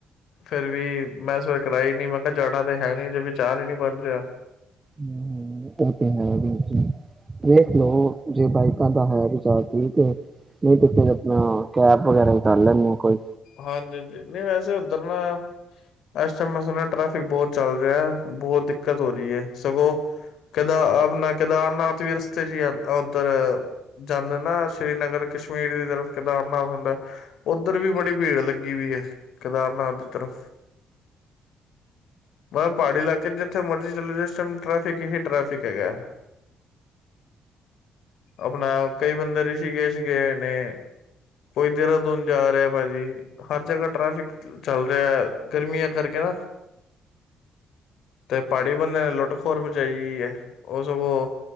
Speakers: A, on the left; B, on the right.
A: ਫੇਿਰ ਵੀ ਮੈਂ ਇਸ ਵਾਰ ਕਰਾਈ ਨੀ ਮੈਂ ਕਿਹਾ ਜਾਣਾ ਤੇ ਹੈ ਨੀ ਜ ਵਿਚਾਰ ਹੀ ਨੀ ਬਣ ਰਿਹਾ
B: ਹ ਉਹ ਤੇ ਹੈ ਵੀ ਵੇਖ ਲੋ ਜੇ ਬਾਈਕਾਂ ਦਾ ਹੈ ਚਾਰ ਤੇ ਨਹੀਂ ਤੇ ਫੇ ਆਪਣਾ ਕੈਬ ਵਗੈਰਾ ਹੀ ਕਰ ਲੈਦੇ ਆ ਕੋਈ
A: ਹਾਂਜੀ ਹਾਂਜੀ ਨਹੀਂ ਵੈਸੇ ਉੱਧਰ ਨਾ ਇਸ ਟਾਈਮ ਮੈਂ ਸੁਣਿਆ ਟ੍ਰੈਫਿਕ ਬਹੁਤ ਚੱਲ ਰਿਹਾ ਬਹੁਤ ਦਿੱਕਤ ਹੋ ਰਹੀ ਹੈ ਸਗੋਂਦ ਆਪਣਾ ਕੇਦਾਰਨਾਥ ਵੀ ਰਸਤੇ ਚ ਉੱਧਰ ਜਾਂਦੇ ਨਾ ਸ਼੍ਰੀਨਗਰ ਕਸ਼ਮੀਰ ਦੀ ਤਰਫ ਕੇਦਾਰਨਾਥ ਹੁੰਦਾ ਉੱਧਰ ਵੀ ਬੜੀ ਭੀੜ ਲੱਗੀ ਹੋਈ ਹੈ ਕੇਦਾਰਨਾਥ ਦੀ ਤਰਫ਼ ਮਤਲ ਪਹਾੜੀ ਇਲਾਕੇ ਚ ਜਿੱਥੇ ਮਰਜੀ ਚੱਲ ਜਾ ਇਸ ਟਾਈਮ ਟ੍ਰੈਫਿਕ ਹੀ ਟ੍ਰੈਫਿਕ ਹੈਗਾ ਆਪਣਾ ਕਈ ਬੰਦੇ ਰਿਸ਼ੀਕੇਸ਼ ਗਏ ਨੇ ਕੋਈ ਦੇਹਰਾਦੂਨ ਜਾ ਰਿਹਾ ਭਾਜੀ ਹਰ ਜਗ੍ਹਾ ਟ੍ਰੈਫਿਕ ਚੱਲ ਰਿਹਾ ਗਰਮੀਆਂ ਕਰਕੇ ਨਾ ਤੇ ਪਹਾੜੀ ਬੰਦਿਆਂ ਨੇ ਲੁੱਟ ਖੋਰ ਮਚਾਈ ਹੈ ਉਹ ਸਗੋਂ